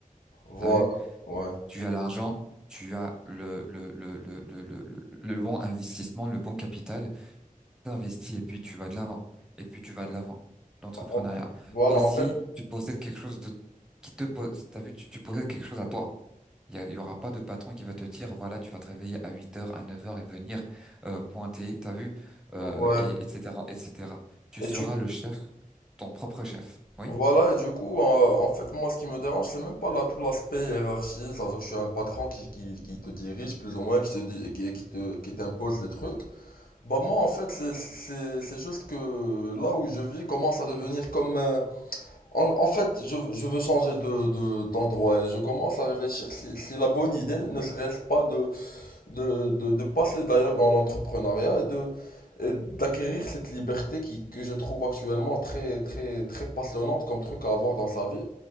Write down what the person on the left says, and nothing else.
Voilà.
Ouais.
En- Voilà,
en fait.
Ouais.
Et
du
voilà, et du coup, euh, en fait, moi, ce qui me dérange, c'est même pas là tout l'aspect hiérarchie. C'est-à-dire que je suis un patron qui, qui, qui te dirige plus ou moins, qui te dit, qui, qui te, qui t'impose des trucs. Bah moi, en fait, c'est c'est- c'est juste que là où je vis commence à devenir comme... En, en fait, je, je veux changer de, de- d'endroit et je commence à réfléchir si, si la bonne idée ne serait-ce pas de, de, de, de passer d'ailleurs dans l'entrepreneuriat et de, et d'acquérir cette liberté qui, que je trouve actuellement très, très, très passionnante comme truc à avoir dans sa vie.